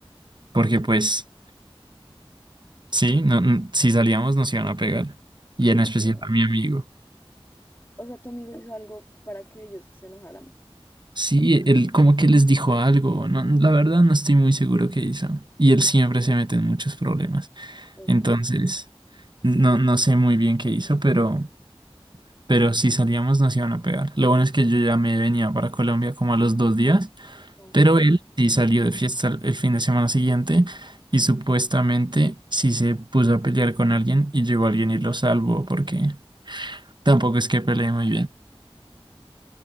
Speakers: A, on the right; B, on the left.
A: porque pues sí, no, n- si salíamos nos iban a pegar, y
B: Entonces,
A: en especial
B: seguro-
A: a mi amigo.
B: O sea, tu amigo hizo algo para que ellos se enojaran.
A: Sí, él como que les dijo algo, no, la verdad no estoy muy seguro qué hizo, y él siempre se mete en muchos problemas,
B: Ok,
A: entonces no, no sé muy bien qué hizo, pero... Pero si salíamos nos iban a pegar. Lo bueno es que yo ya me venía para Colombia como a los dos días.
B: ok.
A: Pero él sí salió de fiesta el el fin de semana siguiente y supuestamente sí se puso a pelear con alguien y llegó alguien y lo salvó porque tampoco es que pelee muy bien.